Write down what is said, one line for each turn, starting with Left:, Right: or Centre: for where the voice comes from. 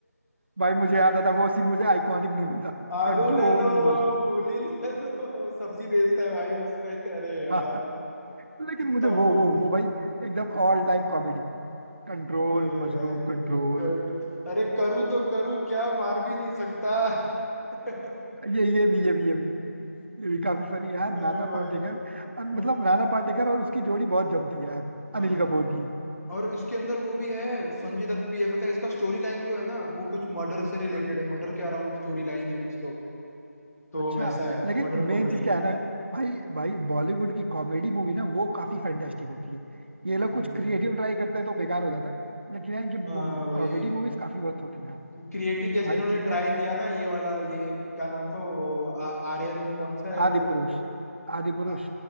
Right: भाई मुझे
Left: <laughs>
Right: याद आता वो सीन मुझे आइकॉनिक नहीं भूलता
Left: आलू
Right: कंट्रोल
Left: ले लो
Right: मज
Left: मूली ले लो वो सब्जी बेचता है भाई उसपे अरे
Right: <laughs>
Left: यार
Right: हाँ
Left: कितना
Right: लेकिन मुझे वो
Left: funny
Right: वो वो भाई एकदम all time comedy Control
Left: अरे
Right: Majnu
Left: भाई
Right: control
Left: कर अरे करूँ तो करूँ क्या मार भी नहीं सकता <laughs>
Right: ये ये भी ये भी ये भी ये भी काफी फनी यार
Left: अरे
Right: नाना
Left: भाई
Right: पाटेकर अ, मतलब
Left: वो-
Right: नाना पाटेकर और उसकी जोड़ी बहुत जमती है यार
Left: हाँ
Right: अनिल कपूर की
Left: और इसके अंदर वो भी है संजय दत्त भी है पता है इसका स्टोरी लाइन जो है ना वो कुछ मर्डर से रिलेटेड
Right: अ-
Left: है मर्डर के अराउंड स्टोरी लाइन है कुछ तो तो
Right: अच्छा
Left: वैसा है
Right: लेकिन
Left: मर्डर
Right: मेन
Left: कॉमेडी
Right: चीज क्या है ना भाई भाई बॉलीवुड की कॉमेडी मूवी ना वो काफी फैंटास्टिक होती है ये लोग
Left: हम्म
Right: कुछ क्रिएटिव ट्राई करते हैं तो बेकार हो जाता है लेकिन है कि वो
Left: हाँ भाई
Right: कॉमेडी मूवीज काफी मस्त होती हैं
Left: क्रिएटिव जैसे
Right: भाई
Left: इन्होंने
Right: तुमने
Left: ट्राई किया ना ये वाला ये क्या नाम था वो आ- आर्यन कौन सा है वो
Right: आदि पुरुष आदि पुरुष
Left: आ,